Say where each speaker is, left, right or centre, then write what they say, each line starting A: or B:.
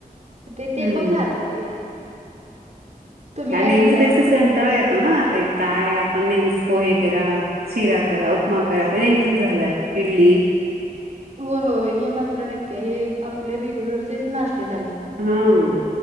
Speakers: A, on the right (about 50°); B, on the right (about 80°).
A: ते
B: हम्म,
A: ते पण खातात ते. तुम्ही
B: हा
A: काय
B: नेहमीच
A: करताय
B: तेसेच
A: मग?
B: घंटाळा येतो ना ते काय आपण नेहमीच पोहे करा शिरा करा उपमा करा नेहमीचच झालंय इडली
A: हो होय हे मात्र नक्की हे आपले रेग्युलर तेच ना ठे झाले
B: हां